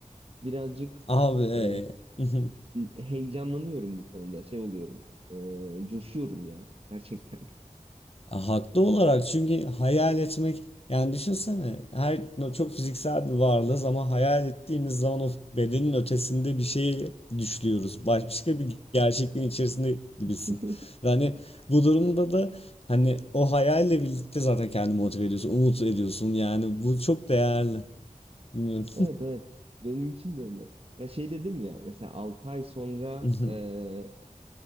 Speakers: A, on the right; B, on the left.
A: Birazcık
B: Abi. e,
A: e,
B: <laughs>
A: heyecanlanıyorum bu konuda şey oluyorum e, coşuyorum ya gerçekten.
B: Ya haklı olarak çünkü hayal etmek yani düşünsene her no- çok fiziksel bir varlığız ama hayal ettiğimiz zaman o bedenin ötesinde bir şey düşlüyoruz. Baş- Başka bir gerçekliğin içerisinde gibisin.
A: <laughs>
B: Ve hani bu durumda da hani o hayalle birlikte zaten kendini motive ediyorsun, umut ediyorsun. Yani bu çok değerli. Bilmiyorum.
A: Evet evet benim için de öyle. Ya şey dedim ya mesela 6 ay sonra
B: <laughs>
A: e,